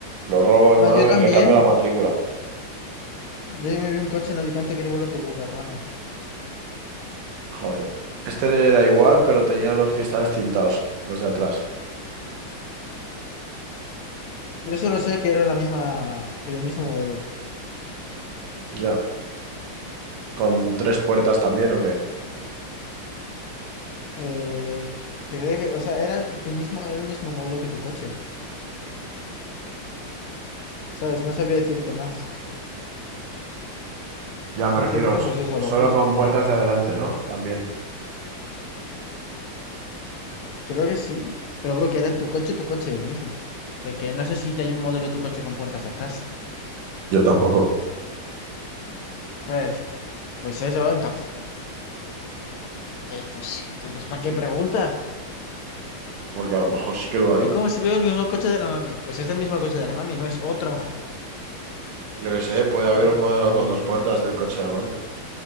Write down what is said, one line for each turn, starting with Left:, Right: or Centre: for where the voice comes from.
Right: Lo robo, hermano,
Left: Ah, yo también.
Right: y le cambio la matrícula.
Left: Yo me vi un coche en Alicante que era igual a tu buga, hermano.
Right: Joder. Este era igual, pero tenía los cristales tintados, los de atrás.
Left: Yo solo sé que era la misma, el mismo modelo.
Right: Ya. ¿Con tres puertas también o qué?
Left: Eh, creo que, o sea, era tu mismo, era el mismo modelo que tu coche. ¿Sabes? No sabría decirte más.
Right: Ya
Left: Si
Right: me refiero,
Left: decirte,
Right: s-
Left: pues eso,
Right: solo
Left: lo justo.
Right: con puertas de adelante, ¿no? También.
Left: Creo que sí. Pero creo que era tu coche, tu coche, el mismo. De que no sé si te hay un modelo de tu coche con puertas atrás.
Right: Yo tampoco.
Left: ¿Sabes? Pues eso, entonces, pues, entonces, ¿para qué preguntas?
Right: Porque a lo mejor sí que lo
Left: Es
Right: hay.
Left: como si veo el mismo coche de la mami. Pues es el mismo coche de la mami, no es otro. <laughs>
Right: Yo qué sé,
Left: Pues
Right: puede
Left: sí,
Right: haber un
Left: pero
Right: modelo
Left: yo no,
Right: con dos
Left: yo
Right: puertas
Left: no lo he visto
Right: del
Left: nunca.
Right: coche de la mami.